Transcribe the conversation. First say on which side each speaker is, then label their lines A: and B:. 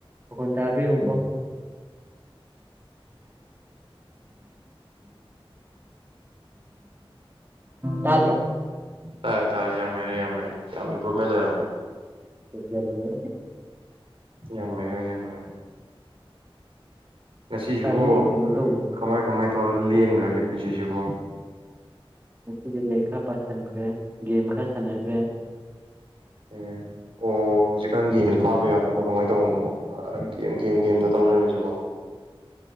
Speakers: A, on the right (about 20°); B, on the right (about 70°).
A: ꯋꯥꯈꯣꯟ ꯇꯥꯕ ꯌꯦꯡꯉꯨꯀꯣ <inaudible> ꯇꯥꯗ꯭ꯔꯣ
B: ꯇꯥꯏꯔꯦ ꯇꯥꯔꯦ ꯌꯥꯝꯍꯩꯔꯦ ꯌꯥꯝꯍꯩꯔꯦ ꯌꯥꯝ ꯏꯝ ꯄ꯭ꯔꯨꯞꯃꯦ ꯂꯩꯔꯝꯃꯦ
A: ꯍꯥꯏꯖꯜꯂꯦ
B: ꯌꯥꯝꯍꯩꯔꯦ ꯌꯥꯝꯍꯩꯔꯦ ꯉꯁꯤꯁꯤꯕꯨ
A: ꯉꯁꯥꯏꯗꯩ ꯑꯩ ꯀꯩꯅꯣ ꯇꯧꯕꯅꯤ
B: ꯀꯃꯥꯏ ꯀꯃꯥꯏ ꯇꯧꯔ ꯂꯦꯟꯈ꯭ꯔꯒꯦ ꯄꯨꯟꯁꯤꯁꯤꯕꯨꯣ
A: ꯉꯗꯤ ꯂꯥꯏꯔꯤꯛ ꯈꯔ ꯄꯥꯁꯤꯟꯈ꯭ꯔꯦ ꯒꯦꯝ ꯈꯔ ꯁꯥꯟꯅꯈ꯭ꯔꯦ
B: ꯑꯦ ꯑꯣ ꯍꯧꯖꯤꯛꯀꯥꯟꯒꯤꯃꯤ ꯊꯥꯕꯩꯔ ꯑꯄꯣ ꯀꯃꯥꯏꯅ ꯇꯧꯕꯅꯣ ꯒꯦꯝ ꯒꯦꯝ ꯒꯦꯝꯗ ꯇꯧ ꯂꯩꯔꯝꯃꯤꯁꯤꯕꯣ